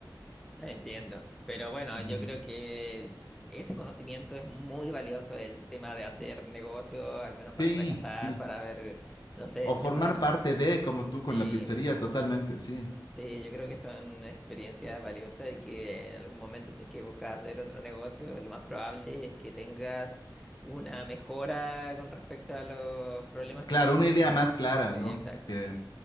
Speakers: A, in the centre; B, on the left.
A: Entiendo, pero bueno,
B: Ujú.
A: yo creo que ese conocimiento es muy valioso, el tema de hacer negocio, al menos
B: Sí,
A: para fracasar,
B: sí.
A: para ver, no sé, el
B: O
A: tema
B: formar
A: de las...
B: parte de, como tú con
A: Sí,
B: la pizzería, totalmente, sí.
A: sí, yo creo que son experiencias valiosas y que en algún momento si es que buscas hacer otro negocio, lo más probable es que tengas una mejora con respecto a los problemas
B: Claro,
A: que tuviste
B: una
A: en
B: idea
A: el pasado.
B: más clara,
A: Sí,
B: ¿no?
A: exacto.
B: Que,